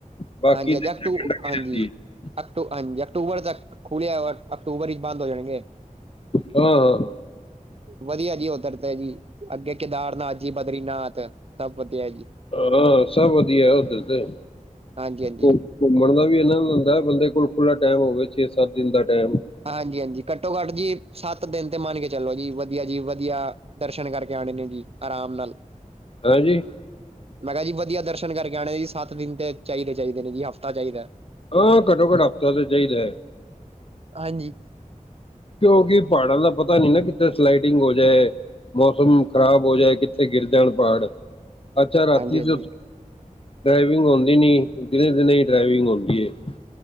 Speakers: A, on the left; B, on the right.
A: ਬਾਕੀ
B: ਹਾਂਜੀ
A: ਤੇ
B: ਅਜ
A: ਠੰਡ
B: ਟੂ
A: ਲੱਗੀ
B: ਹਾਂਜੀ
A: ਰਹਿੰਦੀ ਹੈ
B: ਅਕ ਹਾਂਜੀ, ਅਕਤੂਬਰ ਤੱਕ ਖੁੱਲ੍ਹਿਆ, ਅਕਤੂਬਰ ਹੀ ਬੰਦ ਹੋ ਜਾਣਗੇ।
A: ਹਹਹਹ
B: ਵਧੀਆ ਜੀ, ਉਧਰ ਤੇ ਜੀ, ਅੱਗੇ ਕੇਦਾਰਨਾਥ ਜੀ, ਬਦਰੀਨਾਥ ਸਭ ਵਧੀਆ ਜੀ।
A: ਹਾਂ, ਸਭ ਵਧੀਆ ਉੱਧਰ ਤੇ।
B: ਹਾਂਜੀ-ਹਾਂਜੀ।
A: ਘੁ- ਘੁੰਮਣ ਦਾ ਵੀ, ਇਹਨਾ ਹੁੰਦਾ ਬੰਦੇ ਕੋਲ ਖੁੱਲ੍ਹਾ ਟਾਈਮ ਹੋਵੇ ਛੇ- ਸੱਤ ਦਿਨ ਦਾ ਟਾਈਮ।
B: ਹਾਂਜੀ- ਹਾਂਜੀ, ਘੱਟੋ -ਘੱਟ ਜੀ, ਸੱਤ ਦਿਨ ਤੇ ਮੰਨ ਕੇ ਚਲੋ ਜੀ, ਵਧੀਆ ਜੀ ਵਧੀਆ। ਦਰਸ਼ਨ ਕਰਕੇ ਆਉਣੇ ਨੇ ਜੀ, ਆਰਾਮ ਨਾਲ।
A: ਹਾਂਜੀ।
B: ਮੈਂ ਕਿਹਾ ਜੀ ਵਧੀਆ ਦਰਸ਼ਨ ਕਰਕੇ ਆਉਣੇ ਜੀ ਸੱਤ ਦਿਨ ਤੇ ਚਾਹੀਦੇ ਚਾਹੀਦੇ ਨੇ ਜੀ, ਹਫ਼ਤਾ ਚਾਹੀਦਾ ਹੈ।
A: ਹਾਂ ਘੱਟੋ ਘੱਟ ਹਫ਼ਤਾ ਤਾਂ ਚਾਹੀਦਾ ਹੈ।
B: ਹਾਂਜੀ
A: ਕਿਉਂਕਿ ਪਹਾੜਾਂ ਦਾ ਪਤਾ ਨੀ ਨਾ, ਕਿਥੇ ਸਲਾਈਡਿੰਗ ਹੋ ਜਾਏ। ਮੌਸਮ ਖ਼ਰਾਬ ਹੋ ਜਾਏ ਕਿੱਥੇ ਗਿਰ ਜਾਣ ਪਹਾੜ। ਅੱਛਾ, ਰਾਤੀ
B: ਹਾਂਜੀ ਹਾਂਜੀ
A: ਦੇ ਡਰਾਈਵਿੰਗ ਹੁੰਦੀ ਨੀ, ਦਿਨੇ- ਦਿਨੇ। ਡਰਾਈਵਿੰਗ ਹੁੰਦੀ ਹੈ